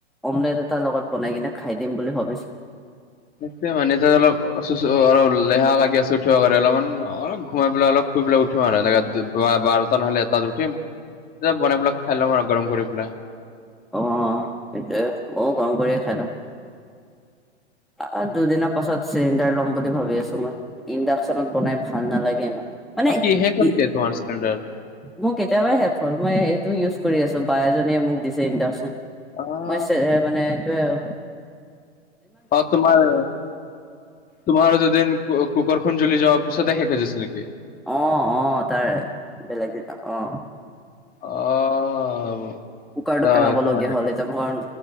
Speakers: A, in the centre; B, on the left.
A: অমলেট এটা লগত বনাই কিনে খাই দিম বুলি ভাবিছো।
B: তে মানে ত অলপ অলপ লেহা লাগি আছে উঠিব কাৰাৰে অলপমান অলপ ঘোমাই পেলাই অলপ শুই পেলাই উঠিম আৰু বাৰটা নহ'লে তাত উঠিম। ত বনাই পেলাই খাই ল'ম আৰু গৰম কৰি পেলাই।
A: অ' সেইটোৱে মই গৰম কৰিয়ে খাই লওঁ। অ' দুদিন পাচত। চিলিণ্ডাৰ ল'ম বুলি ভাবি আছো মই, ইণ্ডাকচনত বনাই ভাল নালাগে ইমান। মানে
B: অ' কি শেষ হ'ল
A: ই
B: নেকি তোমাৰ চিলিণ্ডাৰ?
A: মোৰ কেতিয়াবাই শেষ হ'ল, মই এইটো ইউজ কৰি আছো বা এজনীয়ে মোক দিছে ইণ্ডাকচন।
B: অ'।
A: মই মানে এইটোয়ে আৰু।
B: অ' তোমাৰ তোমাৰো দুদিন কুকাৰখন জ্বলি যোৱাৰ পছতে খুজিছিল নেকি?
A: অ', অ' তাৰে বেলেগ কেইটা অ'।
B: অ'।
A: কুকাৰটো পেলাবলগীয়া
B: এইটো মানে
A: হ'লে, এতিয়া ভ